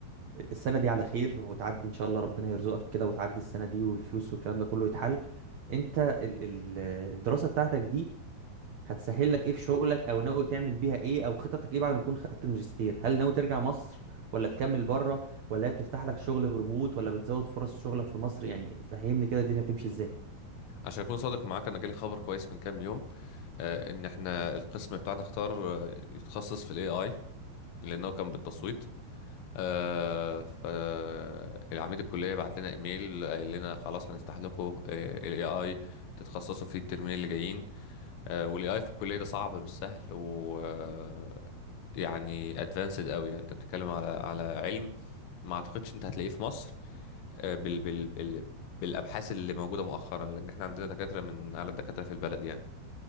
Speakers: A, on the right; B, on the left.
A: السنه دي على خير وتعدي ان شاء الله ربنا يرزقك كده وتعدي السنه دي والفلوس والكلام ده كله يتحل انت ال- ال- الدراسه بتاعتك دي هتسهل لك ايه في شغلك او ناوي تعمل بيها ايه او خططك ايه بعد ما تكون خدت الماجستير هل ناوي ترجع مصر ولا تكمل بره ولا هي بتفتح لك شغل بريموت ولا بتزود فرص شغلك في مصر يعني فهمني كده الدنيا بتمشي ازاي
B: عشان اكون صادق معاك انا جالي خبر كويس من كام يوم آه، ان احنا القسم بتاعنا اختار آه، يتخصص في الاي اي لانه كان بالتصويت آه فالعميد الكلية بعت لنا ايميل قال لنا خلاص هنفتح لكم الاي اي تتخصصوا فيه الترمين اللي جايين آه والاي اي في الكلية ده صعب مش سهل و آه، يعني ادفانسد قوي يعني انت بتتكلم على على علم ما اعتقدش انت هتلاقيه في مصر آه، بال بال بال بالابحاث اللي موجوده مؤخرا لان احنا عندنا دكاتره من اعلى الدكاتره في البلد يعني